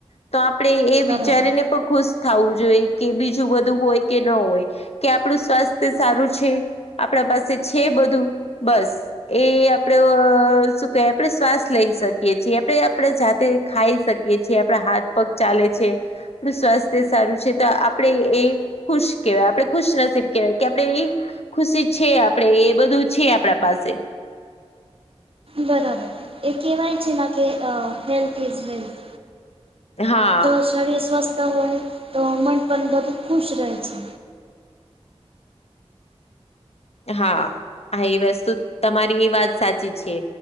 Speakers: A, on the left; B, on the right.
A: તો આપણે એ
B: બરાબર
A: વિચારીને પણ ખુશ થાવું જોઈએ કે બીજું બધું હોય કે ન હોય કે આપણું સ્વાસ્થ સારું છે આપણા પાસે છે બધું બસ એ આપડે અ શું કેવાય આપણે શ્વાસ લઈ શકીએ છીએ આપણે આપણે જાતે ખાઈ શકીએ છેએ આપણા હાથ પગ ચાલે છે આપણું સ્વાસ્થ સારું છે તો આપણે ખુશ કેવાય આપણે ખુશનસીબ કેવાય કે આપણે એ ખુશી છે આપણે એ બધું છે આપણા પાસે
B: બરાબર એ કેવાય છે ના કે હેલ્થ ઇઝ વેલ્થ
A: હા
B: જો શરીર સ્વસ્થ હોય તો મન પણ બધુ ખુશ રહે છે
A: હા હા એ વસ્તુ તમારી એ વાત સાચી છે